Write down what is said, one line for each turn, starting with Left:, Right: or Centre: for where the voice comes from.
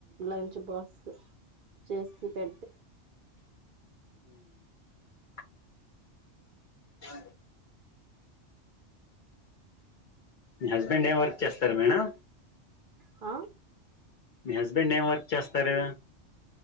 Right: లంచ్ బాక్స్ చేసి పెడితే
Left: అ అ మీ హస్బెండ్ ఏం వర్క్ చేస్తారు మేడం
Right: హా
Left: మీ హస్బెండ్ ఏం వర్క్ చేస్తారు